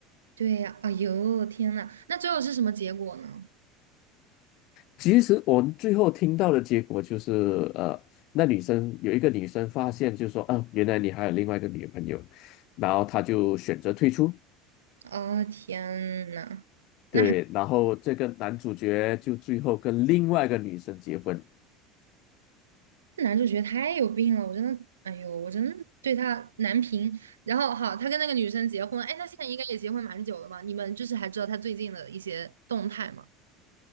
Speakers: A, on the right; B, on the left.
A: 对呀。哎呦，天呐，那最后是什么结果呢？
B: 其实我们最后听到的结果就是，呃，那女生有一个女生发现，就说，啊，原来你还有另外一个女朋友，然后她就选择退出。
A: 哦，天呐，那还。
B: 对，然后这个男主角就最后跟另外一个女生结婚，
A: 男主角太有病了，我真的，哎呦，我真的对他难评。然后好，他跟那个女生结婚，哎，那现在应该也结婚蛮久了嘛？你们就是还知道他最近的一些动态吗？